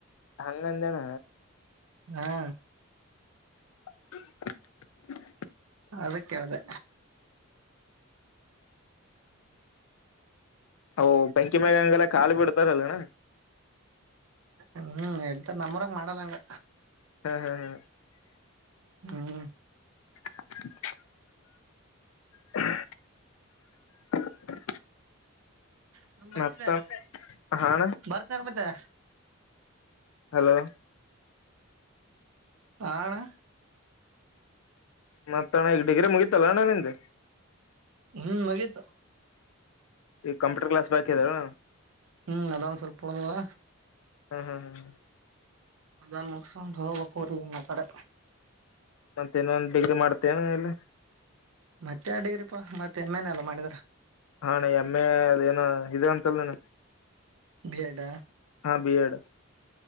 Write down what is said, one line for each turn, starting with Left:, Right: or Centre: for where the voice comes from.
Left: ಹಂಗಂದೇಣ
Right: ಹಾ
Left: <unintelligible>
Right: ಅದ ಕೇಳ್ದೆ
Left: ಓ ಬೆಂಕಿಮ್ಯಾಲಂಗಲ ಕಾಲೀ ಬಿಡ್ತಾರಲ್ಲಣ್ಣ
Right: ಹ್ಮ್ ಹೇಳ್ತ ನಮ್ಮುರಾಗ ಮಾಡಲ್ಲಂಗ
Left: ಹ್ಮ್ ಹ್ಮ್ ಹ್ಮ್
Right: ಹ್ಮ್
Left: <unintelligible> <unintelligible>
Right: ಸುಮ್ ಬಂದಿದ್ದೆ
Left: ಮತ್ತ ಹಾಣ
Right: ಬರ್ತಾರ ಮತ್ತೆ
Left: ಹಲೋ
Right: ಹಾ ಅಣ್ಣ
Left: ಮತ್ತ ಅಣ್ಣ ಇಲ್ ಡಿಗ್ರಿ ಮುಗಿತಲ್ಲ ಅಣ್ಣ ನಿಂದ
Right: ಹ್ಮ್ ಮುಗಿತು
Left: ಈ ಕಂಪ್ಯೂಟರ್ ಕ್ಲಾಸ್ ಬಾಕಿ ಅ
Right: ಹ್ಮ್ ಅದ ಒನ್ ಸ್ವಲ್ಪ ಉಳದದ
Left: ಹ್ಮ್ ಹ್ಮ್ ಹ್ಮ್ ಹ್ಮ್
Right: ಅದೊದು ಮುಸಕೊಂಡು <unintelligible> ಆ ಕಡೆ
Left: ಮತ್ತ ಇನ್ನ ಒಂದು ಡಿಗ್ರಿ ಮಾಡ್ತೇನು ಇಲ್ಲಿ
Right: ಮತ್ತೆ ಆ ಡಿಗ್ರಿ ಪಾ ಮತ್ತೆ ಎಮ್ ಎನ್ ಎಲ್ಲ ಮಾಡಿದ್ರ
Left: ಹಾಾನ ಎಮ್ಮೆ ಅದ ಏನ ಇ ಅಂತಲ್ಲ ನಣ
Right: ಬಿ ಎಡ್
Left: ಹಾ ಬಿ ಎಡ್